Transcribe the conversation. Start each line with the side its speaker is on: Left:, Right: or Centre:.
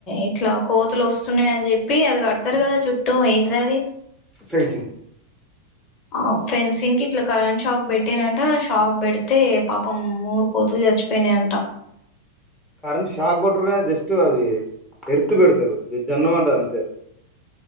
Left: ఇట్ల కోతులు వస్ స్తున్నయి అని చెప్పి అది కడ్తారు కదా చుట్ టో ఏంటిదది
Centre: పెన్సింగ్
Left: ఆ ఫెన్సింగ్కి ఇట్లా కరెంట్ షాక్ బెట్టిరంట షాక్ బెడ్తే పాపం మూడు కోతులు చచ్చిపోయినయంట
Centre: కరెంట్ షాక్ గొట్రురుగా జస్ట్ అది ఎర్త్ పెడ్తరు జన్మంటది అంతే